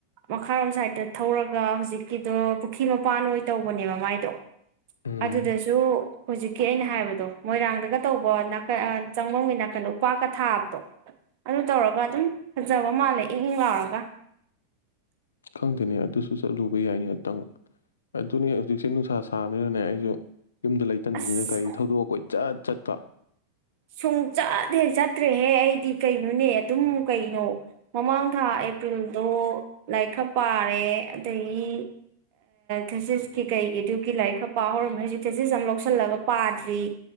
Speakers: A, on the right; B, on the left.
A: ꯃꯈꯥꯔꯣꯝ ꯁꯥꯏꯗꯠꯇ ꯊꯧꯔꯒ ꯍꯧꯖꯤꯛꯀꯤꯗꯣ ꯄꯨꯈꯤ ꯃꯄꯥꯟ ꯑꯣꯏ ꯇꯧꯕꯅꯦꯕ ꯃꯥꯏꯗꯣ꯫
B: ꯎꯝ
A: ꯑꯗꯨꯗꯁꯨ ꯍꯧꯖꯤꯛꯀꯤ ꯑꯩꯅ ꯍꯥꯏꯕꯗꯣ ꯃꯣꯏꯔꯥꯡꯗꯒ ꯇꯧꯕ ꯅꯥꯀꯟ ꯑ ꯆꯪꯕꯝꯒꯤ ꯅꯥꯀꯟ ꯎꯄꯥꯛꯀ ꯊꯥꯕꯗꯣ ꯑꯗꯨ ꯇꯧꯔꯒ ꯑꯗꯨꯝ ꯐꯖꯕ ꯃꯥꯜꯂꯦ ꯏꯪ - ꯏꯪ ꯂꯥꯎꯔꯒ꯫
B: ꯈꯪꯗꯦꯅꯦ ꯑꯗꯨꯁꯨ ꯆꯠꯂꯨꯕ ꯌꯥꯏꯅꯤꯇꯪ ꯑꯗꯨꯅꯤ ꯍꯧꯖꯤꯛꯁꯦ ꯅꯨꯡꯁꯥ ꯁꯥꯕꯅꯤꯅꯅꯦ ꯑꯩꯁꯨ ꯌꯨꯝꯗ ꯂꯩꯇꯟꯕꯅꯤꯅ
A: ꯑꯁ
B: ꯒꯥꯔꯤ ꯊꯧꯗꯣꯛꯑ ꯀꫭꯏꯆꯠ ꯆꯠꯄ꯫
A: ꯁꯨꯡ ꯆꯠ ꯍꯦꯛ ꯆꯠꯇ꯭ꯔꯦꯍꯦ ꯑꯩꯗꯤ ꯀꯩꯅꯣꯅꯦ ꯑꯗꯨꯝ ꯀꯩꯅꯣ ꯃꯃꯥꯡ ꯊꯥ ꯄ꯭ꯔꯤꯜꯗꯣ ꯂꯥꯏꯔꯤꯛ ꯈꯔ ꯄꯥꯔꯦ ꯑꯗꯒꯤ ꯊꯦꯁꯤꯁ ꯀꯤ ꯀꯩꯒꯤꯗꯨꯒꯤ ꯂꯥꯏꯔꯤꯛ ꯈꯔ ꯄꯥ ꯍꯧꯔꯝꯃꯦ ꯍꯧꯖꯤꯛ ꯊꯦꯁꯤꯁ ꯑꯃ ꯂꯧꯁꯜꯂꯒ ꯄꯥꯗ꯭ꯔꯤ